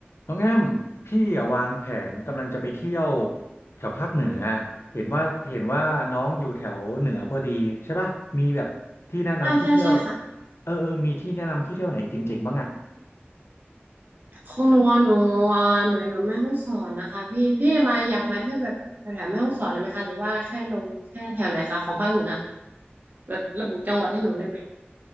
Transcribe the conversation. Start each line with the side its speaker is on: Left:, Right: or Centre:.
Left: น้องแอมพี่อะวางแผนกำลังจะไปเที่ยวแถวภาคเหนือเห็นว่าเห็นว่าน้องอยู่แถวเหนือพอดีใช่ป่ะมีแบบที่แนะนำที่เที่ยว
Right: ใช่ใช่ใช่ค่ะ
Left: เออเออมีที่แนะนำที่เที่ยวไหนจริงๆบ้างอ่ะ
Right: ของหนูอะหนูอ่าหนูอยู่แม่ฮ่องสอนนะคะพี่พี่มาอยากมาเที่ยวแบบแถวแถวแม่ฮ่องสอนเลยไหมคะหรือว่าแค่ลงแค่แถวไหนคะของภาคเหนือแบบระบุจังหวัดให้หนูได้ไหม